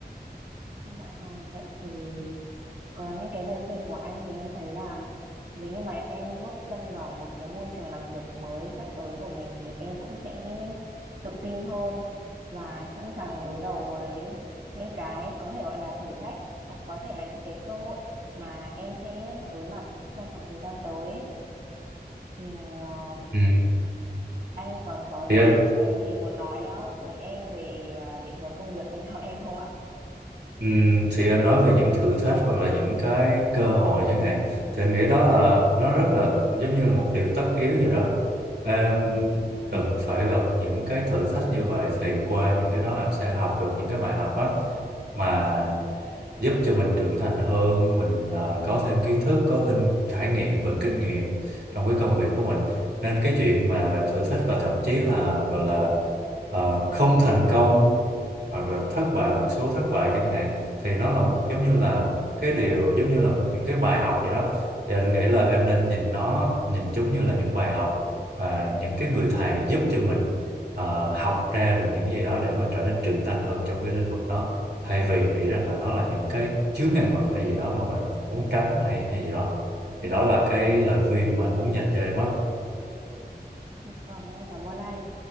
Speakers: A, on the right; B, on the right.
A: Dạ vâng, vậy thì Còn những cái lời khuyên của anh thì em thấy là nếu như mà em bước chân vào một cái môi trường làm việc mới sắp tới của mình thì em cũng sẽ tự tin hơn và sẵn sàng đối đầu với những cái có thể gọi là thử thách hoặc có thể là những cái cơ hội mà em sẽ đối mặt trong khoảng thời gian tới. ấy. Thì ờ,
B: ừ.
A: anh còn có
B: thì
A: thêm
B: anh
A: những cái gì muốn nói ờ, với em về ờ, định hướng công việc này cho <laughs> em không ạ?
B: Ừ, thì anh nói về những thử thách hoặc là những cái cơ hội chẳng hạn thì anh nghĩ đó là nó rất là giống như là một điều tất yếu vậy đó em cần phải gặp những cái thử thách như vậy thì qua những cái đó em sẽ học được những cái bài học á mà giúp cho mình trưởng thành hơn mình ờ, có thêm kiến thức có thêm trải nghiệm và kinh nghiệm trong cái công việc của mình nên cái chuyện mà gặp thử thách và thậm chí là gọi là ờ, không thành công hoặc là thất bại một số thất bại chẳng hạn thì nó là một giống như là cái điều giống như là một, những cái bài học gì đó thì anh nghĩ là em nên nhìn nó nhìn chúng như là những bài học và những cái người thầy giúp cho mình ờ, học ra được những gì đó để mà trở nên trưởng thành hơn trong cái lĩnh vực đó thay vì nghĩ rằng là nó là những cái chướng ngại vật hay gì đó mà mình muốn tránh hay hay gì đó thì đó là cái lời khuyên mà anh muốn dành cho em á
A: Vâng, em cảm ơn anh.